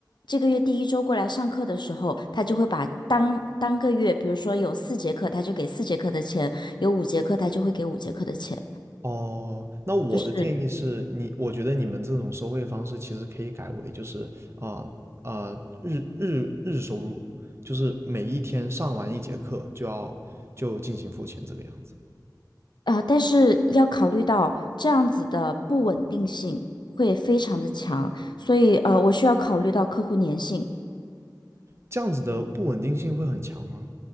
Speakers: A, on the left; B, on the right.
A: 这个月第一周过来上课的时候，他就会把当当个月，比如说有四节课，他就给四节课的钱；有五节课，他就会给五节课的钱。
B: 哦，那我的建议是你，
A: 就是。
B: 我觉得你们这种收费方式其实可以改为就是啊啊、日日日收入，就是每一天上完一节课就要就进行付钱这个样子，
A: 啊、呃但是要考虑到这样子的不稳定性会非常的强，所以呃，我需要考虑到客户粘性。
B: 这样子的不稳定性会很强吗？